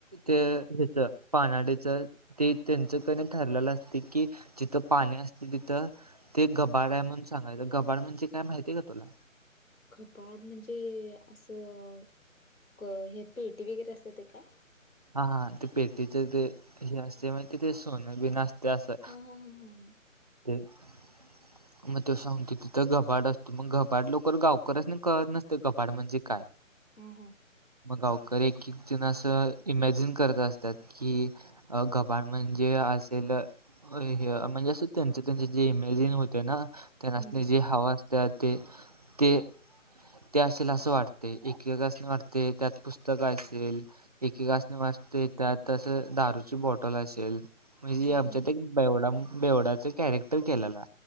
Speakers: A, on the right; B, on the left.
A: ते ह्याचा पानाडीचा ते त्यांचं क नी ठरलेलं असतं की जिथे पाणी असतय तिथं ते घाबड्या आहे म्हणून सांगायचं घबाडा म्हणजे काय माहितीय का तुला?
B: घपाड म्हणजे असं क हे पेटी वगैरे असतं ते काय?
A: हा हा ते पेटीच ते हे असते माहिती ते सोने बीनं असते असं.
B: हा हा हा हा हा.
A: तेच म तो सांगते तिथं घबाड असतो म लोकर गावकर्यांसना कळत नसते घबाड म्हणजे काय.
B: हा हा हा.
A: म गावकरी एक-एक तेन असं इमॅजिन करत असत्यात कि अ घबाड म्हणजे असेल ओय म्हणजे असं त्यांचे त्यांचे जे इमेजिन होते ना त्या नासनी
B: हम्म
A: जे हवा असत्या ते ते ते असेल असं वाटते एकेकासनं वाटते त्यात पुस्तका असेल एकेकासने वाचते त्यात तसं दारूची बॉटल असेल. म्हणजे
B: हा
A: आमच्यात एक बेवडाम बेवडाच कॅरेक्टर केलेला.